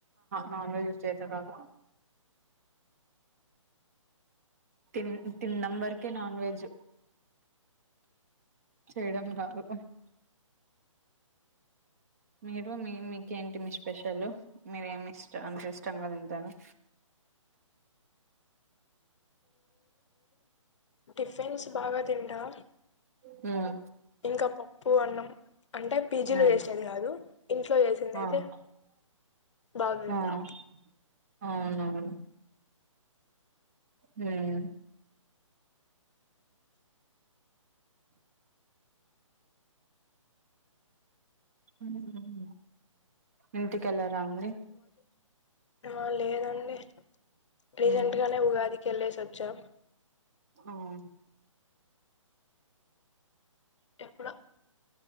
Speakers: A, on the right; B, on the left.
A: నాన్ వెజ్ చేత కాదు తిన్ తిన్నం వరకే నాన్ వెజ్ చేయడం రాదు మీరు మీ మీకేంటి మీ స్పెషల్ మీరేమిష్ట అంటే ఇష్టంగా తింటాను
B: టిఫెన్స్ బాగా తింటా
A: హ్మ్
B: ఇంకా పప్పు అన్నం అంటే పీజీలో
A: మ్మ్
B: చేసినది కాదు ఇంట్లో చేసింది
A: అవును
B: అయితే బాగా
A: మ్మ్
B: తింటా
A: అవునవును మ్మ్ మ్మ్ మ్మ్ ఇంటికెళ్ళర అండి
B: ఆ లేదండి రీసెంట్
A: ఉమ్
B: గానే ఉగాదికి వెళ్ళే సి వచ్చా
A: అవును
B: ఎప్పుడో